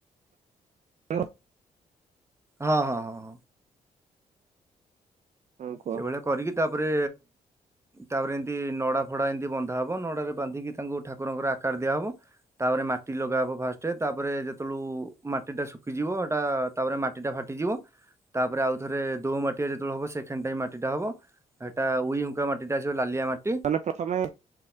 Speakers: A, on the right; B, on the right.
A: <unintelligible>
B: ହଁ ହଁ ହଁଁ।
A: ହଁ କୁହ
B: ସେ ଭଳିଆ କରିକି ତାପରେ ତାପରେ ଏମତି ନଡା ଫଡା ଏମତି ବନ୍ଧା ହବ ନଡାରେ ବାନ୍ଧିକି ତାଙ୍କୁ ଠାକୁରଙ୍କର ଆକାର ଦିଆହବ ତାପରେ ମାଟି ଲଗାହବ ଫାଷ୍ଟେ ତାପରେ ଯେତେବେଳୁ ମାଟି ଟା ଶୁଖିଯିବ ଏଇଟା ତାପରେ ମାଟି ଟା ଫାଟିଯିବ ତାପରେ ଆଉ ଥରେ ଦୋ ମାଟିଆ ଯେତେବେଳକୁ ହବ ସେ ଛେଣ୍ଟାଇ ମାଟିଟା ହବ ସେଟା ଉଇ ହୁଙ୍କା ମାଟିଟା ଆସିବ ଲାଲିଆ ମାଟି
A: ମାନେ ପ୍ରଥମେ